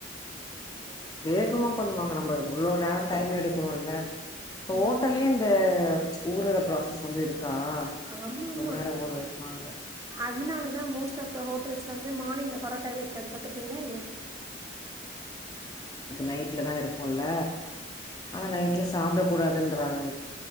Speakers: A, on the left; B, on the right.
A: ஆமா நல்லா வேகமா பண்ணுவாங்க நம்ம இவ்ளோ நேரம் டைம் எடுக்குறோம்ல இப்ப
B: ம்.
A: ஓட்டலயு இந்த ஊரு ப்ராசஸ் வந்து இருக்கு அக்கா
B: ஆமாமா.
A: ரொம்ப நேரம் ஊர வைப்பாங்க
B: அதனால மோஸ்ட் ஆப் த ஹோட்டல்ஸ்ல வந்து மார்ங் பரோட்டாவே இருக்காது பாத்துறிங்களா இல்லயா
A: நைட்டில் தா இருக்கும்ல ஆனா நைட்ல சாப்பிட கூடாதுன்றாங்